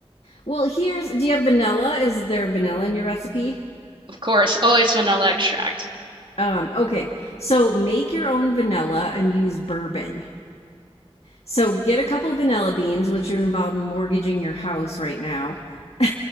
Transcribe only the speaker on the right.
Of course, always vanilla extract.